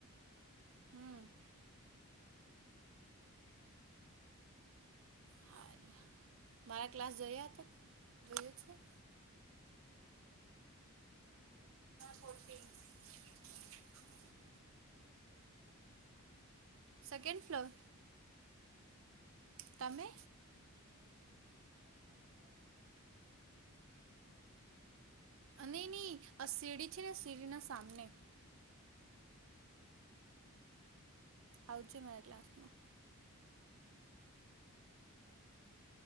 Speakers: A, on the right; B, on the right.
A: એમાં અમે
B: હમ
A: નીચે જઈને મસ્તી કરીને આવી જઈએ તો તે સારું લાગે બીજું કઈ બી નહી
B: હારું મારા ક્લાસ જોઈ હતા જોઈ જ છેું
A: હ કયું છે સેકન્ડ ફ્લોર
B: પોતેી <inaudible>
A: સેકન્ડ ફ્લોર છે તમારો
B: સેકન્ડ ફ્લોર
A: અ
B: તમે
A: હા બીબી એ ના કયા ક્લાસની બાર છો ડાબી બાજુ કે જમણી બાજુ
B: અને નહી આ શીડી છે ને શીડીના સામને
A: હ
B: આવજો મારા
A: સારું
B: ક્લાસમાં
A: છે નઈ ચાલશે